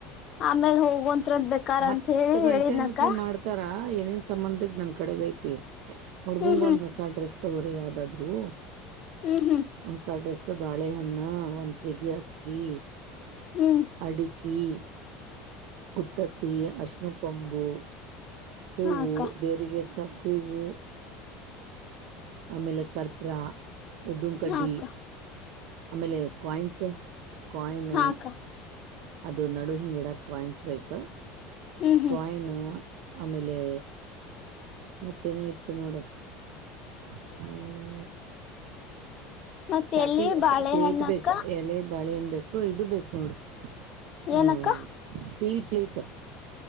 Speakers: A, on the left; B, on the right.
A: ಆಮೇಲೆ ಹೋಗುವಂತ್ ತ್ರಂದ ಬೇಕಾರ
B: ಹತ್ತು
A: ಅಂತ ಹೇಳಿ
B: ಗಂಟೆನತ್ಲೆ
A: ಹೇಳಿದ್ನಕ್ಕ
B: ಮಾಡ್ತಾರ ಏನೇನ್ ಸಂಬಂದ್ ಬೇಕ್ ನನ್ ಕಡೆಗ ಐತಿ ಹುಡ್ಗುಂಗ
A: ಹ್ಮ್
B: ಒಂದು ಹೊಸ ಡ್ರೆಸ್ ತಗೊರಿ ಯಾವದಾದ್ರು
A: ಹ್ಮ್ ಹ್ಮ್ ಹ್ಮ್
B: ಹೊಸ ಡ್ರೆಸ್ ಮತ್ತ ಬಾಳೆಹನ್ನ ಒಂದ್ ಕೆಜಿ ಅಕ್ಕಿ
A: ಹ್ಮ್
B: ಅಡಿ ಕಿ ಕುತ್ತತ್ತಿ ಆರ್ಷ್ನು ಕೊಂಬು ಹೂವು
A: ಹಾ ಅಕ್ಕ
B: ದೇವ್ರಿಗೆರ್ ಸಾಕ್ ಹೂವು ಆಮೇಲೆ ಕರ್ಪ್ರಾ ಉದ್ದುನ್ ಕಡ್ಡಿ
A: ಹಾ ಅಕ್ಕ
B: ಆಮೇಲೆ ಕಾಯಿನ್ಸ್ ಕಾಯಿನ್
A: ಹಾ ಅಕ್ಕ
B: ಅದು ನಡು ಹಿಂಗಿಡಕ್ ಕಾಯಿನ್ಸ್ ಬೇಕ
A: ಹ್ಮ್ ಹ್ಮ್
B: ಕಾಯಿನ್ ಆಮೇಲೆ ಮತ್ತೇನೋ ಇತ್ತು ನೋಡು ಕಾಯಿನೂ
A: ಮತ್ತ
B: ತಟ್ಟಿ
A: ಎಲ್ಲಿ ಬಾಳೆಹಣ್ಣಕ್ಕ
B: ಪ್ಲೇಟ್ ಬೇಕ ಎಲೆ ಬಾಳೆಹಣ್ ಬೇಕು ಇದು ಬೇಕು ನೋಡು ಹಾ
A: ಏನಕ್ಕ
B: ಸ್ಟೀಲ್ ಪ್ಲೇಟ್